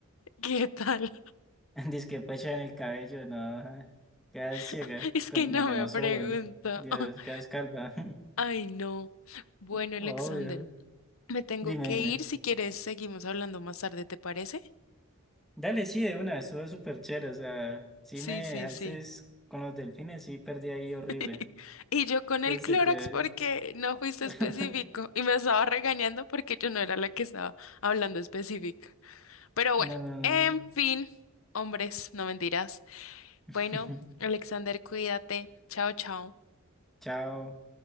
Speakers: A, on the left (about 70°); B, in the centre.
A: ¿Qué tal?
B: <laughs> Dice que pecha en el cabello, no. Quedas
A: <laughs>
B: ciega
A: Es
B: con,
A: que no
B: en
A: me
B: los
A: pregunto.
B: ojos. Dios,
A: <laughs>
B: quedas calva.
A: Ay, no. Bueno,
B: <laughs>
A: Alexander,
B: Obvio.
A: me tengo
B: Dime,
A: que
B: dime.
A: ir. Si quieres, seguimos hablando más tarde, ¿te parece?
B: Dale, sí, de una, estuvo súper chévere. O sea, sí
A: Sí,
B: me
A: sí,
B: dejaste
A: sí.
B: con los delfines, sí perdí ahí horrible.
A: <laughs> Y yo con
B: Entonces,
A: el Clorox
B: que...
A: porque no fuiste
B: <laughs>
A: específico y me estaba regañando porque yo no era la que estaba hablando específica. Pero bueno,
B: No, no, no.
A: en fin, hombres, no mentiras.
B: <laughs>
A: Bueno, Alexander, cuídate. Chao, chao.
B: Chao.